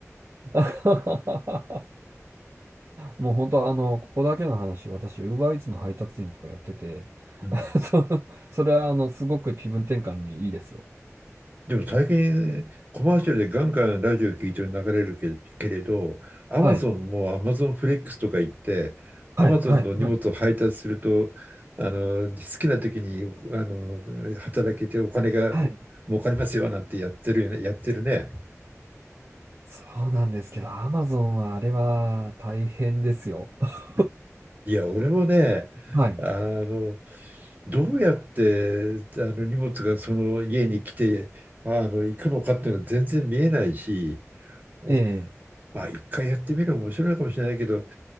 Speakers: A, on the right; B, on the right.
A: <laughs> もう本当あの、ここだけの話、私、ウーバーイーツの配達員とかやってて、
B: うん
A: <laughs> そ、それはあの、すごく気分転換にいいですよ。
B: でも最近コマーシャルでガンガンラジオ聞いて流れるけけれど、アマゾンもアマゾンフレックスとか言って、
A: はい。
B: アマゾンの荷物を配達すると、
A: はい。はい。はい。
B: あの好きな時にあの働けてお金が
A: はい。
B: 儲かりますよなんてやってるよね、やってるね。
A: そうなんですけど、アマゾンはあれは大変ですよ。<laughs>
B: いや、俺もね、
A: はい。
B: あの、どうやってあの荷物がその家に来てあの行くのかっていうのは全然見えないし、お
A: ええ。
B: まあ一回やってみるの面白いかもしれないけど、